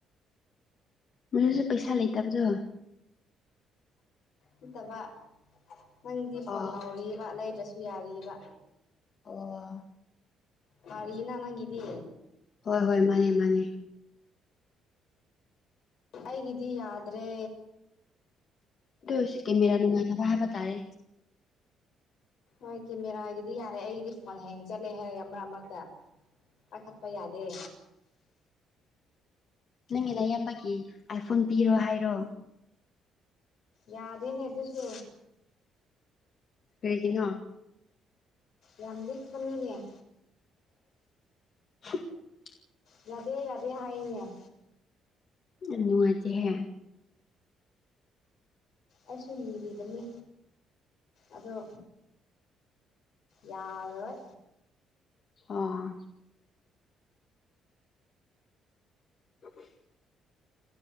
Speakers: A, on the left (about 45°); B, on the left (about 65°).
A: ꯃꯗꯨꯁꯨ ꯄꯩꯁꯥ ꯂꯩꯇꯕꯗꯣ꯫
B: ꯅꯠꯇꯕ ꯅꯪꯗꯤ ꯐꯣꯟ
A: ꯑꯣ
B: ꯅꯧꯔꯤꯕ ꯂꯩꯗ꯭ꯔꯁꯨ ꯌꯥꯔꯤꯕ
A: ꯑꯣ
B: ꯐꯥꯔꯤꯅ ꯅꯪꯒꯤꯗꯤ
A: ꯍꯣꯏ ꯍꯣꯏ ꯃꯥꯅꯦ ꯃꯥꯅꯦ
B: ꯑꯩꯒꯤꯗꯤ ꯌꯥꯗ꯭ꯔꯦ
A: ꯑꯗꯨ ꯑꯣꯏꯔꯁꯨ ꯀꯦꯃꯦꯔꯥ ꯅꯨꯡꯉꯥꯏꯇꯕ ꯍꯥꯏꯕ ꯇꯥꯔꯦ
B: ꯍꯣꯏ ꯀꯦꯃꯦꯔꯥꯒꯤꯗꯤ ꯌꯥꯔꯦ ꯑꯩꯒꯤꯗꯤ ꯐꯣꯟ ꯍꯦꯡ ꯆꯠꯂꯦ ꯍꯥꯏꯔꯒ ꯃꯔꯛ ꯃꯔꯛꯇ ꯄꯥꯏꯈꯠꯄ ꯌꯥꯗꯦ
A: ꯅꯪꯒꯤꯅ ꯑꯌꯥꯝꯕꯒꯤ ꯑꯥꯏꯐꯣꯟ ꯄꯤꯔꯣ ꯍꯥꯏꯔꯣ
B: ꯌꯥꯗꯦꯅꯦ ꯑꯗꯨꯁꯨ
A: ꯀꯩꯒꯤ ꯅꯣ
B: ꯌꯥꯝ ꯂꯤꯛꯄꯅꯤꯅꯦ
A: <inaudible>
B: ꯌꯥꯗꯦ ꯌꯥꯗꯦ ꯍꯥꯏꯅꯦ
A: ꯌꯥꯝ ꯅꯨꯡꯉꯥꯏꯇꯦꯍꯦ
B: ꯑꯩꯁꯨ ꯂꯤꯔꯤꯕꯅꯤ ꯑꯗꯣ ꯌꯥꯔꯣꯢ
A: ꯑꯥ <inaudible>